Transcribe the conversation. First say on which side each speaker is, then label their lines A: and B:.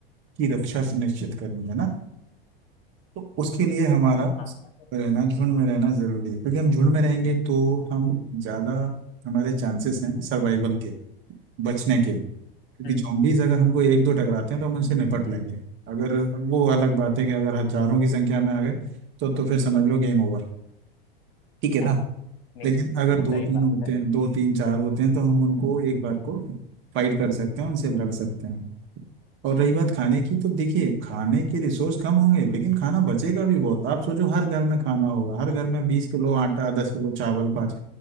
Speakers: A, on the right; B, on the left.
A: की रक्षा सुनिश्चित करनी है ना तो उसके लिए हमारा
B: हाँ हाँ
A: रहना झुंड में रहना जरूरी है क्योंकि हम झुंड में रहेंगे तो हम ज्यादा हमारे चांसेस हैं सर्वाइवल के बचने के क्योंकि
B: हम्म,
A: जॉम्बीज अगर हमको एक दो टकराते हैं तो हम उनसे निपट लेंगे अगर वो अलग बात है कि अगर हजारों की संख्या में आ गए तो तो फिर समझ लो गेम ओवर ठीक है
B: <laughs>
A: ना
B: नहीं
A: लेकिन अगर दो
B: सही
A: तीन
B: बात
A: होते
B: है
A: हैं दो तीन चार होते हैं तो हम उनको एक बार को फाइट कर सकते हैं उनसे लड़ सकते हैं और रही बात खाने की तो देखिए खाने के रिसोर्स कम होंगे लेकिन खाना बचेगा भी बहुत आप सोचो हर घर में खाना होगा हर घर में बीस किलो आटा दस किलो चावल पाँच